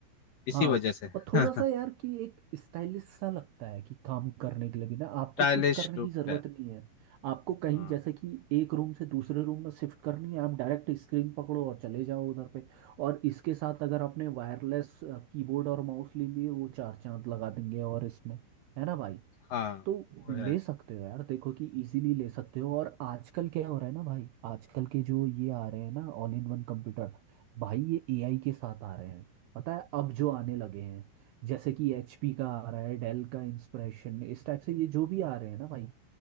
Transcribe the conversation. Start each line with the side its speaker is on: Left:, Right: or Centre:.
Left: इसी
Right: हाँ
Left: वजह से
Right: और
Left: <laughs>
Right: थोड़ा सा यार कि एक स्टाइलिश सा लगता है कि काम करने के लिए भी ना आपको
Left: स्टाइलिश
Right: कुछ करने
Left: लुक
Right: की जरूरत
Left: है
Right: नहीं है आपको कहीं
Left: हाँ
Right: जैसे कि एक रूम से दूसरे रूम में शिफ्ट करनी है आप डायरेक्ट स्क्रीन पकड़ो और चले जाओ उधर पे और इसके साथ अगर आपने वायरलेस कीबोर्ड और माउस ले लिए वो चार चांद लगा देंगे और इसमें है ना भाई
Left: हाँ
Right: तो
Left: वो
Right: ले
Left: है
Right: सकते हो यार देखो कि इजीली ले सकते हो और आजकल क्या हो रहा है ना भाई आजकल के जो ये आ रहे हैं ना ऑल इन वन कंप्यूटर भाई ये एआई के साथ आ रहे हैं पता है अब जो आने लगे हैं जैसे कि एचपी का आ रहा है डेल का इंस्पिरेशन इस टाइप से ये जो भी आ रहे हैं ना भाई